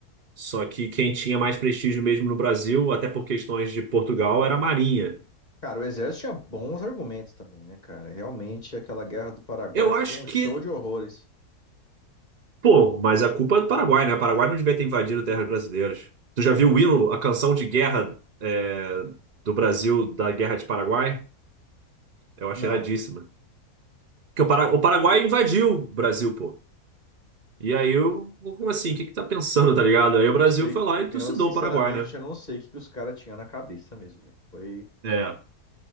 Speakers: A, on the right (about 50°); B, on the left (about 30°).
A: Só que quem tinha mais prestígio mesmo no Brasil, até por questões de Portugal,
B: É.
A: era a Marinha.
B: Cara, o exército tinha bons argumentos também, né, cara? Realmente, aquela guerra do Paraguai
A: Eu
B: foi
A: acho
B: um show
A: que
B: de horrores.
A: Pô, mas a culpa é do Paraguai, né? O Paraguai não devia ter invadido terras brasileiras. Tu já viu o hino, a canção de guerra é, do Brasil, da Guerra de Paraguai? Eu acho
B: Não.
A: iradíssima. Porque o, Para- o Paraguai invadiu o Brasil, pô. E aí, eu, como assim? O que que tá pensando, tá ligado?
B: Não
A: Aí o Brasil
B: sei.
A: foi lá e trucidou
B: Eu, sinceramente,
A: o Paraguai, né?
B: eu não sei o que, que os caras tinham na cabeça mesmo, velho. Foi,
A: É.